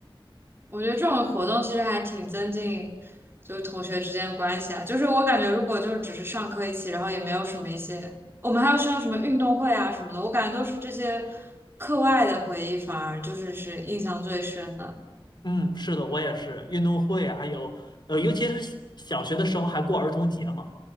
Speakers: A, on the right; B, on the left.
A: 我觉得这种活动其实还挺增进就是同学之间的关系啊。就是我感觉，如果就是只是上课一起，然后也没有什么一些，我们还要上什么运动会啊什么的，我感觉都是这些课外的回忆，反而就是是印象最深的。
B: 嗯，是的，我也是。运动会还有，呃，尤其是小小学的时候还过儿童节嘛，